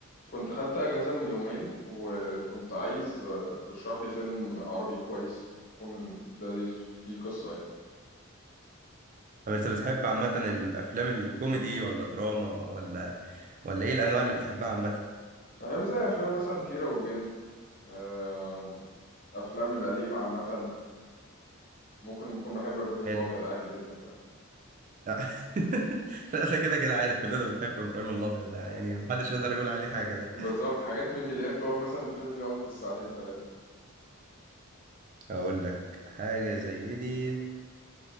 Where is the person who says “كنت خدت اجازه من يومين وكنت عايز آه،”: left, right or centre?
Left